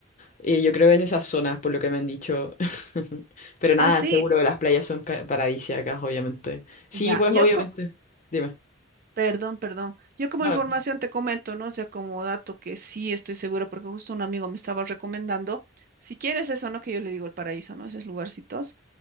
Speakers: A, on the left; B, on the right.
A: Eh, yo creo que es de esas zonas, por lo que me han dicho. <laughs> Pero nada,
B: Ah, sí,
A: seguro las playas son ca- paradisíacas, obviamente. Sí,
B: ya,
A: pues
B: yo,
A: obviamente.
B: co-
A: Dime.
B: perdón, perdón. Yo como
A: No,
B: información
A: no sé.
B: te comento, ¿no? O sea, como dato que sí estoy segura, porque justo un amigo me estaba recomendando, si quieres eso, ¿no? Que yo le digo el paraíso, ¿no? Esos lugarcitos.